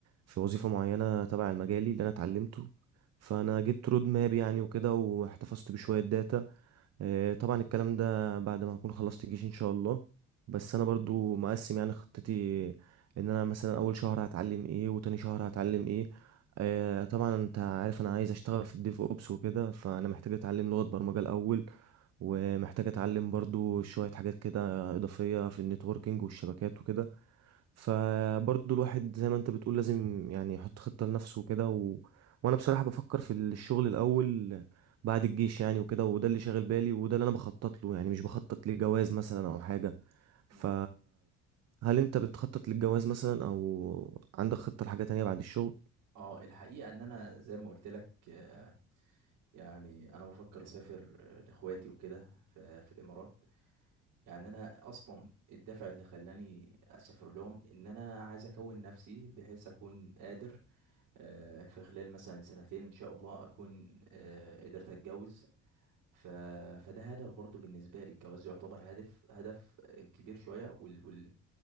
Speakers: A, on the right (about 55°); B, on the right (about 80°).
A: في وظيفة معينة تبع المجالي اللي أنا اتعلمته فأنا جبت رود ماب يعني وكده واحتفظت بشوية داتا آه، طبعا الكلام ده بعد ما هكون خلصت الجيش ان شاء الله بس انا برضو مقسم يعني خطتي ان انا مثلا اول شهر هتعلم ايه وتاني شهر هتعلم ايه آه، طبعا انت عارف انا عايز اشتغل في الديف اوبس وكده فانا محتاج اتعلم لغة برمجة الاول ومحتاج اتعلم برضو شوية حاجات كده اضافية في النتوركينج والشبكات وكده فبرضه الواحد زي ما انت بتقول لازم يعني يحط خطة لنفسه وكده و... وانا بصراحة بفكر في الشغل الاول بعد الجيش يعني وكده وده اللي شاغل بالي وده اللي انا بخطط له يعني مش بخطط لجواز مثلا او حاجة
B: مم.
A: ف هل انت بتخطط للجواز مثلا او عندك خطة لحاجة تانية بعد الشغل؟
B: اه الحقيقة ان انا زي ما قلت لك آه، يعني انا بفكر اسافر آه، لاخواتي وكده ف- في الامارات يعني انا اصلا الدافع اللي خلاني اسافر لهم ان انا عايز اكون نفسي بحيث اكون قادر آه، في خلال مثلا سنتين ان شاء الله اكون آه، قدرت اتجوز ف... فده هدف برضو بالنسبه لي الجواز يعتبر هدف هدف آه، كبير شويه وال... وال...